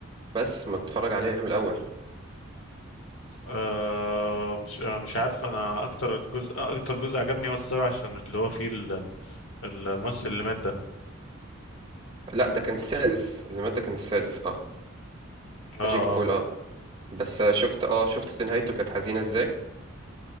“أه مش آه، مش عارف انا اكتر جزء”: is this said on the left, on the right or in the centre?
Left